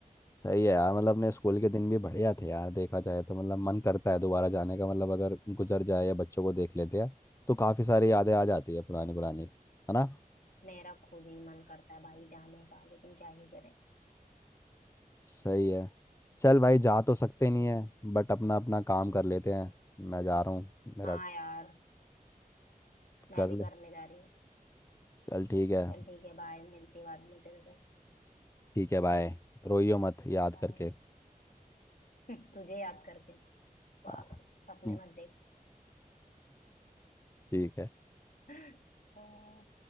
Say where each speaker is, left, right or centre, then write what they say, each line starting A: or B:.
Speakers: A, on the left (about 20°); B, on the left (about 65°).
A: सही है यार मतलब अपने स्कूल के दिन भी बढ़िया थे यार देखा जाए तो मतलब मन करता है दोबारा जाने का मतलब अगर गुजर जाए या बच्चों को देख लेते हैं तो काफ़ी सारी यादें आ जाती है पुरानी पुरानी है ना
B: मेरा खुद ही मन करता है भाई जाने का लेकिन क्या ही करें
A: सही है चल भाई जा तो सकते नहीं
B: हम्म,
A: है बट अपना अपना काम कर लेते हैं मैं जा रहा हूँ मेरा
B: हाँ यार मैं
A: कर
B: भी
A: ले
B: करने जा रही हूँ
A: चल ठीक है
B: चल ठीक है बाय मिलती बाद में तेरे से
A: ठीक है बाय रोइयो मत याद
B: बाय
A: करके
B: <laughs> तुझे याद करके
A: <laughs>
B: पागल सपने मत देख
A: ठीक है
B: <laughs> हाँ।